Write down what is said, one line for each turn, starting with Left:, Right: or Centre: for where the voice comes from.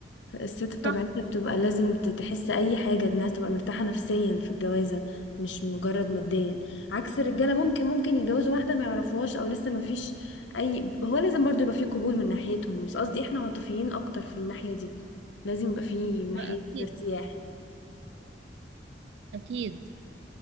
Left: الست بطبيعتها
Right: صح
Left: بتبقى لازم ت- تحس اي حاجه انها تبقى مرتاحه نفسيا في الجوازه مش مجرد ماديا عكس الرجاله ممكن ممكن يتجوزوا واحده ما يعرفوهاش او لسه ما فيش اي هو لازم برضو يبقى فيه قبول من ناحيتهم بس قصدي احنا عاطفيين اكتر في الناحيه دي لازم يبقى فيه من ناحيتنا
Right: ما أكيد
Left: ارتياح
Right: أكيد